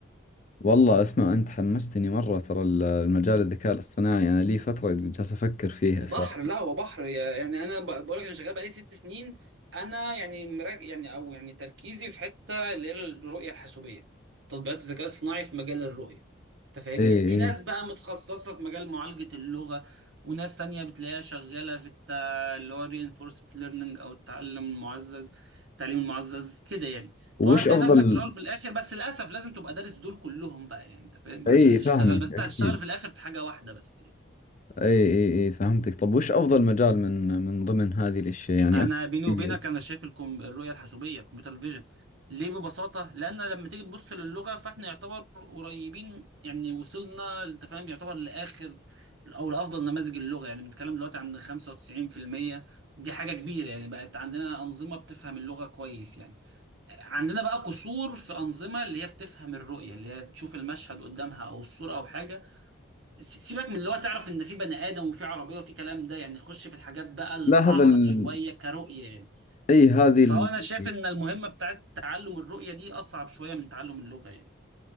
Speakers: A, on the left (about 40°); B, on the right (about 70°).
A: والله اسمع انت حمستني مرة ترى ال- المجال الذكاء الاصطناعي انا لي فترة جالس افكر فيه اساسا
B: بحر لا هو بحر يعني انا ب- بقول لك انا شغال بقالي ست سنين انا يعني مراك يعني او يعني تركيزي في حته اللي هي الرؤيه الحاسوبيه تطبيقات الذكاء الصناعي في مجال الرؤيه انت فاهمني
A: اي
B: في
A: اي
B: ناس بقى متخصصه في مجال معالجه اللغه وناس تانية بتلاقيها شغاله في الت... اللي هو reinforcement learning او التعلم المعزز التعليم المعزز كده يعني
A: وش
B: فهتلاقي
A: افضل
B: نفسك في الاول وفي الاخر بس للاسف لازم تبقى دارس دول كلهم بقى يعني انت فاهم
A: اي
B: عشان تشتغل
A: فاهمك
B: بس انت
A: اكيد
B: هتشتغل في الاخر في حاجه واحده بس
A: اي اي اي فهمتك طب وش افضل مجال من من ضمن هذه الاشياء يعني
B: انا
A: اكثر
B: بيني وبينك
A: شيء-
B: انا شايف الكم... الرؤيه الحاسوبيه الكمبيوتر فيجن ليه ببساطه لان لما تيجي تبص للغه فاحنا يعتبر قريبين يعني وصلنا انت فاهم يعتبر لاخر او لافضل نماذج اللغه يعني بنتكلم دلوقتي عن 95% دي حاجه كبيره يعني بقت عندنا انظمه بتفهم اللغه كويس يعني عندنا بقى قصور في انظمه اللي هي بتفهم الرؤيه اللي هي تشوف المشهد قدامها او الصوره او حاجه س- سيبك من اللي هو تعرف ان في بني ادم وفي عربيه وفي كلام ده يعني خش في الحاجات بقى الاعقد
A: لا هذا ال...
B: شويه كرؤيه يعني.
A: اي هذه
B: فهو
A: اللي
B: انا شايف ان المهمه بتاعت تعلم الرؤيه دي اصعب شويه من تعلم اللغه يعني